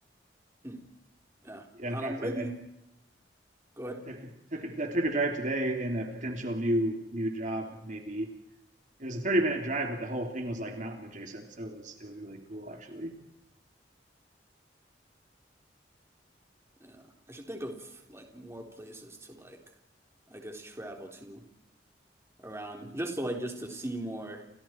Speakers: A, on the right; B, on the right.
A: Hmm. Yeah.
B: Yeah.
A: I
B: In fact,
A: don't know.
B: I, I,
A: Maybe. Go
B: I
A: ahead.
B: took took a, I took a drive today in a potential new new job. Maybe it was a thirty minute drive, but the whole thing was like mountain adjacent. So it was it was really cool actually.
A: Yeah. I should think of like more places to like I guess travel to around just to like just to see more